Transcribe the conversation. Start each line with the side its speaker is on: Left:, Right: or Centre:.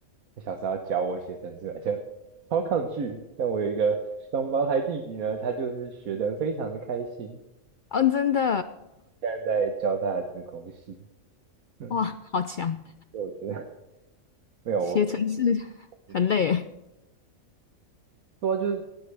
Right: 他小时候教我写程式而且超抗拒。但我有一个双胞胎弟弟呢，他就是学得非常的开心。
Left: 哦，真的，
Right: 现在在教大家自控系 <laughs>，
Left: <laughs>
Right: 嗯，
Left: 哇，好强！
Right: 所以我觉得没有我，
Left: 写程式
Right: 嗯，
Left: 很累诶。
Right: 不过就是